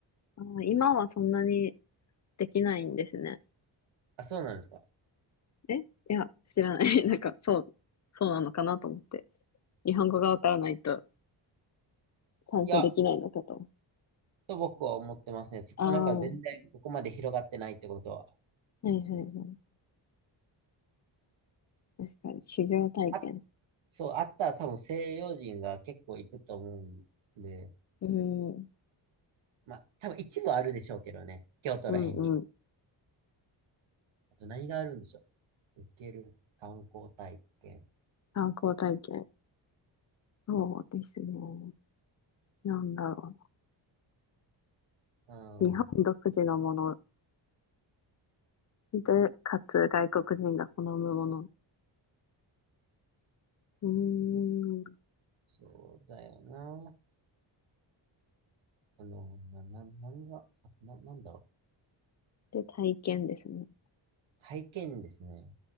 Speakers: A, on the left (about 40°); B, on the right (about 85°).
A: あー今はそんなにできないんですね。
B: あ、そうなんですか。
A: えいや、知らない。<laughs> なんか、そう、そうなのかなと思って。日本語がわからないと参加できないのかと。
B: いや、と僕は思ってますね。ちょっとなんか全然ここまで広がってないってことは。
A: ああ、はいはいはい。確かに、修行体験。
B: あ、そう、あったら多分西洋人が結構行くと思うんで、
A: うん、
B: まあ多分一部あるでしょうけどね。京都ら辺に。
A: うん、うん。
B: あと何があるんでしょう。受ける観光体験。
A: 観光体験。そうですね。なんだろ
B: うん、
A: うな。日本独自のもので、かつ外国人が好むもの。うーん。
B: そうだよな。あの、な、な、何が、あな、なんだろう。
A: で、体験ですね。
B: 体験ですね。